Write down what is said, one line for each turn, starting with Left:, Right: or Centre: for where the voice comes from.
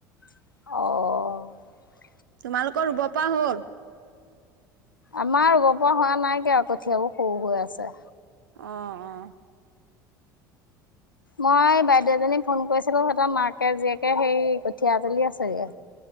Left: অ'।
Right: তোমালোকৰ ৰুব পা হ'ল?
Left: আমাৰ ৰুব পৰা হোৱা নাইকে আৰু কঠিয়াবোৰ সৰু হৈ আছে।
Right: অ-অ।
Left: মই বাইদেউ এজনীক ফোন কৰিছিলো। সিহঁতৰ মাকে, জীয়েকে সেই কঠিয়া জলি আছেগে।